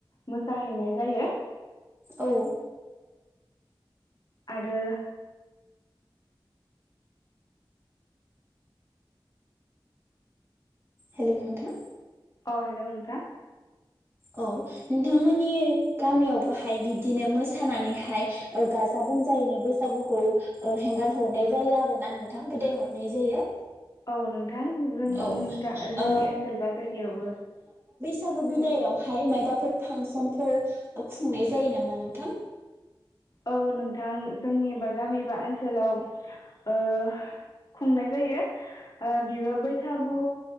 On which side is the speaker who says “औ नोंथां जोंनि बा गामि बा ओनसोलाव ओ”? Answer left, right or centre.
Left